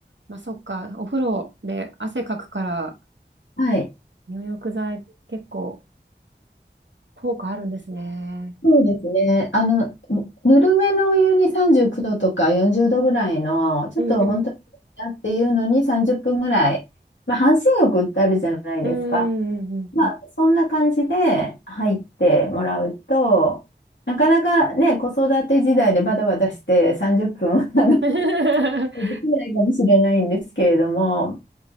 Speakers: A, on the right (about 80°); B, on the left (about 85°).
A: まあ、そっか、お風呂で汗かくから、
B: はい
A: 入浴剤結構効果あるんですね。
B: そうですね。あの、ぬぬるめのお湯に39度とか40度ぐらいの、ちょっと本当にだっていうのに30分ぐらい、
A: ううんうん
B: まあ、半身浴ってあるじゃないですか。
A: うーん、うん、うん。
B: まあ、
A: うん
B: そんな感じで入ってもらうと、なかなかね、子育て時代でバタバタして30分 <laughs> あの
A: <laughs>
B: できないかもしれないんですけれども、